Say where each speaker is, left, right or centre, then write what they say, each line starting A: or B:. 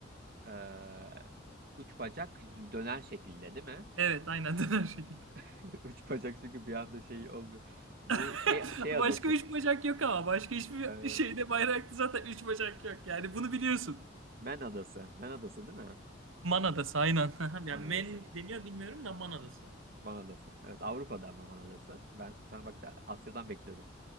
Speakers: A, on the right; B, on the right.
A: Ee, üç bacak dönen şekilde değil mi?
B: Evet, aynen <laughs> döner şekilde.
A: <laughs> Üç bacak çünkü bir anda şey olmuyor. Bu
B: <laughs>
A: şey şey adası.
B: Başka 3 bacak yok ama başka hiçbir
A: Ee,
B: şeyde bayrakta zaten 3 bacak yok. Yani bunu biliyorsun.
A: Man adası. Man adası değil mi?
B: Man Adası aynen. <laughs> Yani
A: Man adası.
B: men deniyor bilmiyorum da Man Adası.
A: Man adası. Evet Avrupa'da ama Man adası. Ben sana bak da Asya'dan bekliyordum.